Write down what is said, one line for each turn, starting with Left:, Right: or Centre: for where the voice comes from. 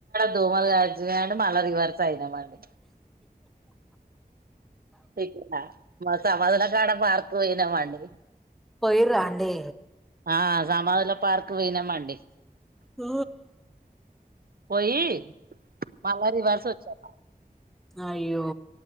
Right: దోమలు కరిచినాయి అని మళ్ళీ రివర్స్ అయినమాండి ఇక మా సమాధల కాడ పార్కు పోయినామండి
Centre: పోయి రా అండి
Right: ఆ సమాదుల పార్క్ పోయినమండి
Centre: హ
Right: పోయి మల్ల రివర్స్ వచ్చాం
Centre: అయ్యో